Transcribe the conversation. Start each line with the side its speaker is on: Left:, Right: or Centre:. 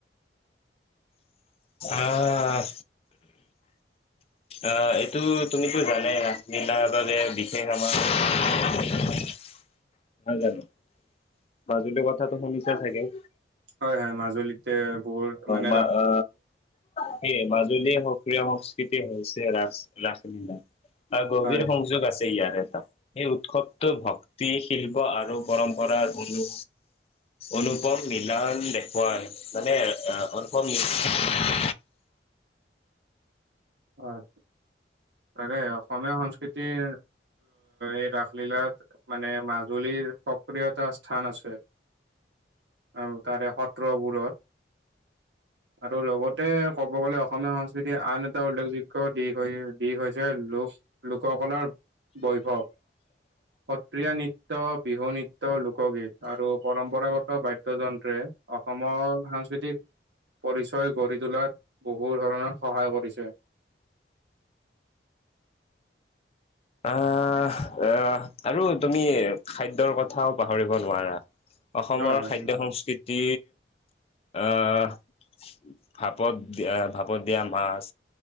Left: আহ, আহ, এইটো তুমিতো জানাই না মেলাৰ বাবে বিশেষ আমাৰ
Right: <inaudible>
Left: হয় জানো, মাজুলীৰ কথাটো শুনিছা ছাগে?
Right: হয়, হয় মাজুলীতে বহুত মান
Left: মা আ সেয়ে মাজুলীৰ সক্ৰিয় সংস্কৃতি হৈছে ৰাচ ৰাসলীলা তাৰ গভীৰ
Right: হয়।
Left: সংযোগ আছে ইয়াৰ এটা। এই উৎসৱটো ভক্তি, শিল্প আৰু পৰম্পৰাৰ অনু অনুপম মিলান দেখুৱাই হয় মানে অনুপম <inaudible>
Right: হয়, তাকে অসমীয়া সংস্কৃতিৰ এ, ৰাসলীলাত মানে মাজুলীৰ সক্ৰিয়তা স্থান আছে। আৰু তাৰে সত্ৰবোৰত আৰু লগতে ক'ব গলে অসমীয়া সংস্কৃতি আন এট এটা উল্লেখযোগ্য দিশ হৈ দিশ হৈছে লোক, লোককলাৰ বৈভৱ। <inaudible> সত্ৰীয়া নৃত্য, বিহু নৃত্য, লোকগীত আৰু পৰম্পৰাগত বাদ্যযন্ত্ৰে অ' সমৰ সাংস্কৃতিক পৰিচয় গঢ়ি তোলাত বহু ধৰণত সহায় কৰিছে।
Left: আহ, আহ, আৰু তুমি খাদ্যৰ কথাও পাহৰিব নোৱাৰা। অসমৰ
Right: হয়, হয়,
Left: খাদ্য, সংস্কৃতি আহ, ভাপত, ভাপত দিয়া মাছ